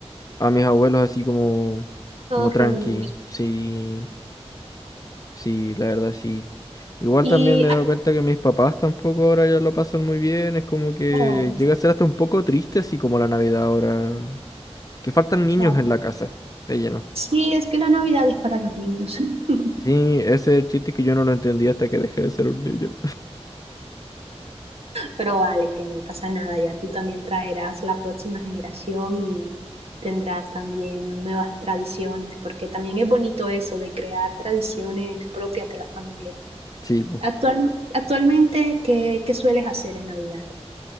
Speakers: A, on the left; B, on the right.
A: a mis abuelos así como,
B: todos
A: como tranqui.
B: reunidos.
A: Sí, sí, la verdad, sí. Igual
B: Y,
A: también me he dado cuenta que mis papás tampoco ahora ya lo pasan muy bien, es como que
B: oh,
A: llega a ser hasta un poco triste, así como la Navidad ahora, que faltan niños
B: claro, claro.
A: en la casa, de lleno.
B: sí, es que la Navidad es para los niños. <laughs>
A: Sí, ese es el chiste que yo no lo entendí hasta que dejé de ser un niño.
B: Pero vale, que no pasa nada, ya tú también traerás la próxima generación y tendrás también nuevas tradiciones, porque también es bonito eso de crear tradiciones propias de la familia.
A: Sí, po.
B: Actual, actualmente, ¿qué, qué sueles hacer en Navidad?